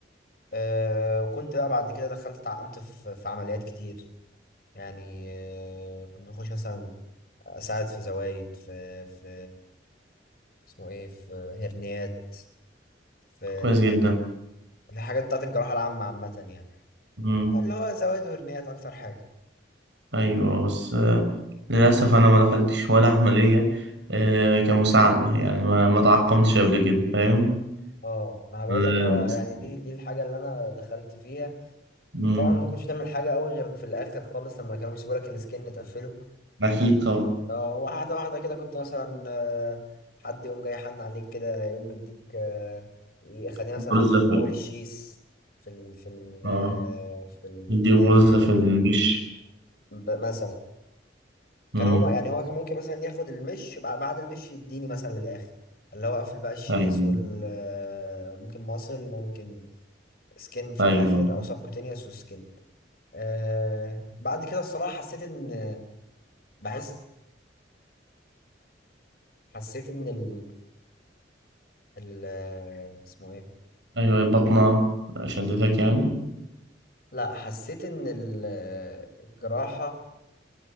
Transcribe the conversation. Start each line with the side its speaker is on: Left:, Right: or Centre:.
Left: آه وكنت بقى بعد كده دخلت اتعقمت في, في عمليات كتير يعني آه كنت بخش مثلا اساعد في زوايد في في اسمه ايه في هرنيات في
Right: كويس جدا
Left: الحاجات بتاعت الجراحة العامة عامة يعني
Right: مم.
Left: اللي هو زوايد وهرنيات أكتر حاجة
Right: أيوه بس آه، للأسف أنا ما دخلتش ولا عملية آه، كمساعدة يعني ما ما تعقمتش قبل كده فاهم؟
Left: اه ما انا بقول
Right: آه،
Left: لك هو
Right: بس-
Left: يعني دي دي الحاجه اللي انا دخلت فيها
Right: مم.
Left: طبعا ما كنتش تعمل حاجه قوي غير في الاخر خالص لما كانوا بيسيبوا لك السكن تقفله
Right: أكيد طبعا
Left: اه واحده واحده كده كنت مثلا آه، حد يقوم جاي حن عليك كده يقوم مديك آه، يخليني مثلا
Right: برزة
Left: اقفل من اول الشيس في ال في ال آه،
Right: اه
Left: في ال
Right: بدي
Left: في الهرنيه
Right: غرزة في الوش
Left: ب- مثلا
Right: امم
Left: كان هما يعني هو كان ممكن مثلا ياخد المش بع- بعد المش يديني مثلا للاخر اللي هو اقفل بقى الشيس
Right: أيوة
Left: وال آه، ممكن ماسل ممكن سكين في
Right: أيوة
Left: الاخر او سبكوتينيوس وسكين آه بعد كده الصراحه حسيت ان بحس حسيت ان ال, ال... آه، اسمه ايه
Right: أيوة بطنة شدتك يعني
Left: لا حسيت ان ال... الجراحه